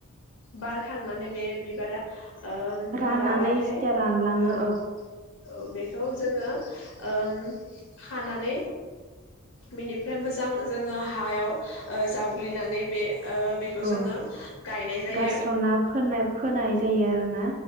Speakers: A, on the left; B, on the right.
A: बारखांनानै बे बिबारा ओ
B: राननानै
A: राबाथाय
B: जेथिया रानलाङो
A: औ औ बेखौ जोङो ओम खानानै बेनिफ्राय मोजां जोङो हायाव ओ जावग्लिनानै बे ओ बेखौ
B: औ
A: जोङो गायनाय जायो
B: गारस्र'ना फोनाय फोनाय जायो आरो ना